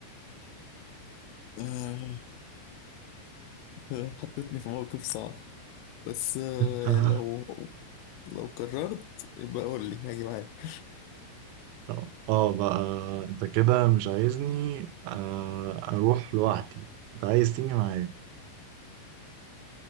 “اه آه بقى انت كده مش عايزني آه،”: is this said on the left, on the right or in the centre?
Right